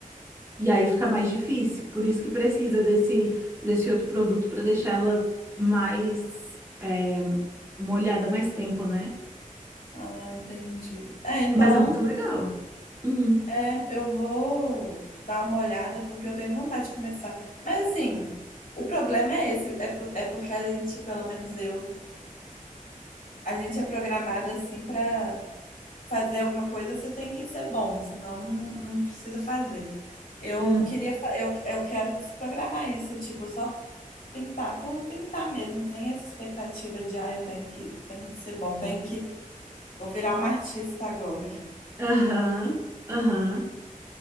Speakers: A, on the right (about 20°); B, on the left (about 80°).
A: E aí fica mais difícil, por isso que precisa desse, desse outro produto para deixar ela mais é, molhada mais tempo, né?
B: Ah, entendi. É, então.
A: Mas é muito legal. Hum,
B: É, eu vou dar uma olhada porque eu tenho vontade de começar. Mas assim, o problema é esse, é, po- é porque a gente, pelo menos eu, a gente é programada assim para fazer alguma coisa, você tem que ser bom, senão não, não precisa fazer. Eu
A: hum.
B: queria, fa- eu, eu quero desprogramar isso, tipo, só pintar por pintar mesmo, sem essa expectativa de, ah, eu tenho que, tenho que ser bom, tenho que, vou virar uma artista agora.
A: Aham, aham.